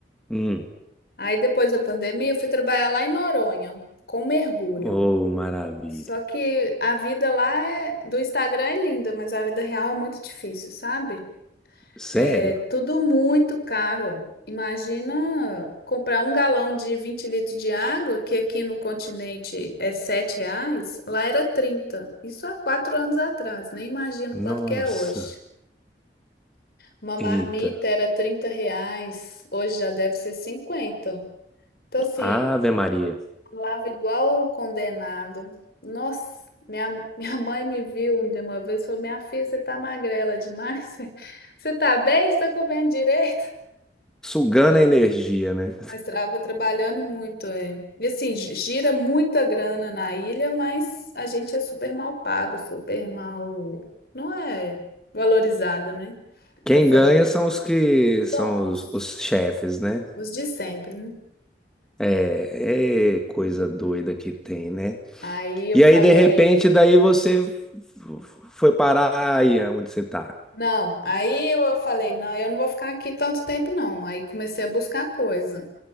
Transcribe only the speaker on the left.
Aí depois da pandemia eu fui trabalhar lá em Noronha com mergulho.
Só que a vida lá é- do Instagram é linda, mas a vida real é muito difícil, sabe?
É tudo muito caro. Imagina comprar um galão de 20 litros de água, que aqui no continente é 7 reais, lá era 30. Isso há quatro anos atrás, nem imagino
quanto que é hoje. Uma marmita
era 30 reais, hoje já deve ser 50. Então, assim,
Falava igual o condenado. Nossa, minha, minha mãe me viu de uma vez e falou: Minha filha, você tá magrela demais. <laughs> Você tá bem? Você tá comendo direito?
Mas estava trabalhando muito, é. E assim, gi- gira muita grana na ilha, mas a gente é super mal pago, super mal. Não é valorizado, né?
Aí eu falei:
Os donos,
os de sempre, né?
Aí eu
falei.
Não, aí eu falei, não, eu não vou ficar aqui tanto tempo, não. Aí comecei a buscar coisa.